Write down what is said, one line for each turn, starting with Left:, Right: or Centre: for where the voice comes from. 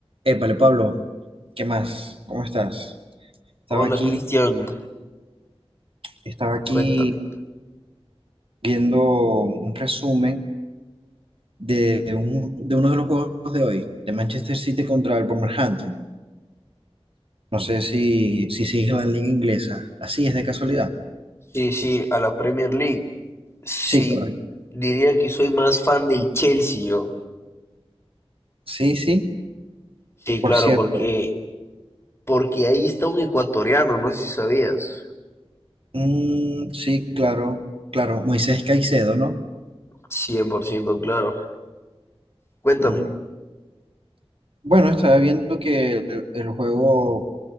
Right: Épale, Pablo, ¿qué más? ¿Cómo estás? Estaba
Left: Hola
Right: aquí,
Left: Cristian,
Right: estaba aquí
Left: cuéntame.
Right: viendo un resumen de, un- de uno de los juegos de hoy, de Manchester City contra el Wolverhampton. No sé si, si sigues la liga inglesa. ¿La sigues de casualidad?
Left: Sí, sí, a la Premier League. Sí,
Right: Sí, correcto.
Left: diría que soy más fan del Chelsea yo.
Right: Sí, sí,
Left: Sí,
Right: por
Left: claro,
Right: cierto.
Left: porque, porque ahí está un ecuatoriano, no sé si sabías.
Right: Mm, sí, claro, claro. Moisés Caicedo, ¿no?
Left: 100%, claro. Cuéntame.
Right: Mm, bueno, estaba viendo que el el juego